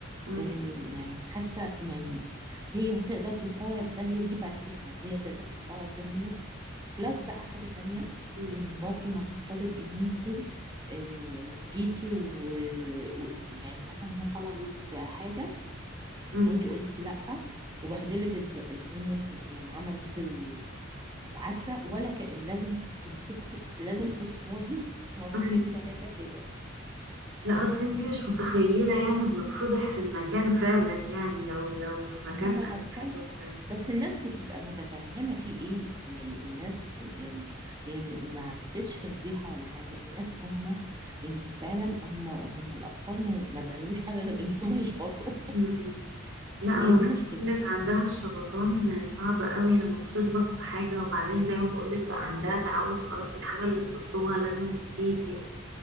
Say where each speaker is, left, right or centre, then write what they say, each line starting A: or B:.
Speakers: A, on the right; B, on the right.
A: مم.
B: آه، يعني حاسه يعني هي هتقدر تستوعب ده هي دي بقى الفكره هي هتقدر تستوعب ده منك بلس بقى حاجه تانية
A: مم.
B: ان برضو نفترض ان انتي آه، جيتي و- و- ويعني مثلا هي طلبت حاجه
A: مم.
B: وانتي قلتي لا وبهدلت الد- الدنيا في يعني عملت ال... وعارفه ولا كأن لازم تمسكي لازم تصمدي <laughs> مرتين
A: مم.
B: ثلاثه كده
A: لا اصل انت مش متخيله يعني بنتفضح في المكان فعلا يعني لو لو في مكان
B: هما
A: ألعاب
B: الاطفال
A: ولا-
B: بس الناس بتبقى متفهمة في ايه يعني الناس يعني هي م- ما عدتش فضيحة ولا حاجة الناس فاهمة ان فعلا هم هم الاطفال ما, ما بيعملوش حاجة غير ان هم يشبطوا
A: مم. مم.
B: <laughs>
A: لا
B: هي
A: ما
B: دي
A: انا
B: مشكلة
A: بقول لك عندها الشبطان صعب قوي لما بتشبط في حاجه وبعدين زي ما بقول لك بقى عندها تعود خلاص الحاجه اللي بتطلبها لازم تيجي